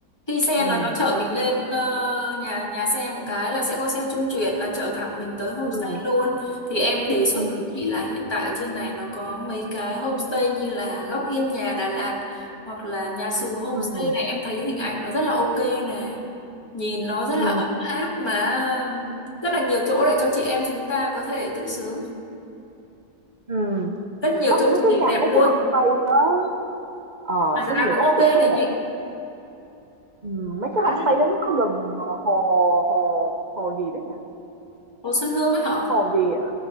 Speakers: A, on the left; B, on the right.
A: khi xe
B: Ừ.
A: là nó chở mình lên ờ, nhà nhà xe một cái là sẽ có xe trung chuyển là chở thẳng mình tới homestay
B: Ừ.
A: luôn thì em đề xuất
B: Ừ.
A: với chị là hiện tại ở trên này nó có mấy cái homestay như là Góc Hiên Nhà Đà Lạt hoặc là Nhà Xù Homestay
B: Ừ.
A: này em thấy hình ảnh nó rất là ok nè nhìn nó rất
B: Ừ.
A: là ấm áp mà rất là nhiều chỗ để cho chị em chúng ta có thể tự sướng
B: Ừ.
A: rất nhiều
B: Bắt
A: chỗ
B: mấy
A: chụp
B: cái
A: hình
B: nhà
A: đẹp
B: mấy
A: luôn
B: cái homestay đó ờ,
A: mà giá
B: có nhiều
A: cũng
B: góc
A: ok
B: chụp rất
A: này
B: đẹp
A: chị
B: lắm. Ừ, mấy cái
A: à,
B: homestay đó nó có gần hồ hồ hồ gì đó nhỉ?
A: Hồ Xuân Hương ấy hả
B: Hồ gì, ờ,